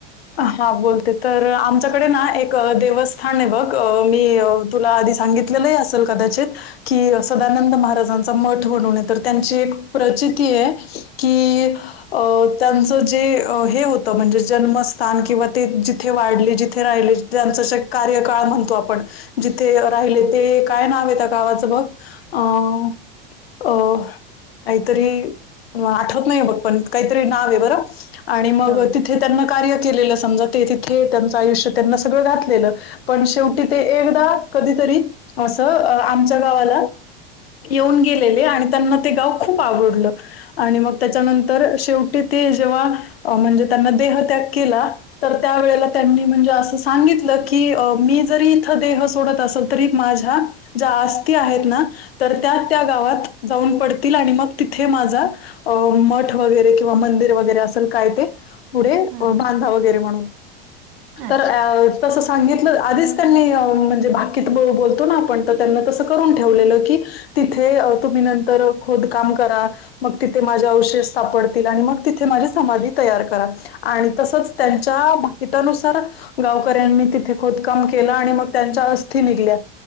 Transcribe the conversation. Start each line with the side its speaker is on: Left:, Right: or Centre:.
Left: हा बोलते तर आमच्याकडे ना एक देवस्थानेय बघ मी अ तुला आधी सांगितलेलं ही असेल कदाचित. कि सदानंद महाराजांचा मठ म्हणून हाय टी त्यांची एक प्रचितीय की अ त्यांचं जे हे होतं म्हणजे जन्म स्थान किंवा ते जिथे वाढले जिथे राहिले ज्यांचं श कार्यकाळ म्हणतो आपण. जिथे राहिले ते काय नावाय त्या गावाचं बघ अं अ काहीतरी आठवत नाही बघ पण काय तरी नवेय बर आणि मग
Right: ह
Left: तिथे त्यांना कार्य केलेलं समजा ते तिथे त्यांचं आयुष्य त्यांना सगळं घातलेलं. पण शेवटी ते एकदा कधीतरी असं आमच्या गावाला येऊन गेलेले आणि त्यांना ते गाव खूप आवडलं. आणि मग त्याच्यानंतर शेवटी ते जेव्हा म्हणजे त्यांना देहत्याग केला. तर त्या वेळेला त्यांनी म्हणजे असं सांगितलं की मी जरी इथं देह सोडत असल तरी माझ्या ज्या अस्ति आहेत ना तर त्या त्या गावात जाऊन पडतील आणि मग तिथे माझा अ मठ वगैरे किंवा मंदिर वगैरे असेल काय ते पुरे
Right: अच्छा
Left: बांधा वगैरे म्हणून
Right: अच्छा
Left: तर अ तसं सांगितलं आधीच त्यांनी म्हणजे भाकीत बो- बोलतो ना आपण तर त्यांना तसं करून ठेवलेलं की तिथे अ तुम्ही नंतर खोदकाम करा. मग तिथे माझे अवशेष सापडतील आणि मग तिथे माझी समाधी तयार करा. आणि तसंच त्यांच्या भाकितानुसार गावकऱ्यांनी तिथे खोदकाम केलं आणि मग त्यांच्या अस्थी निघल्या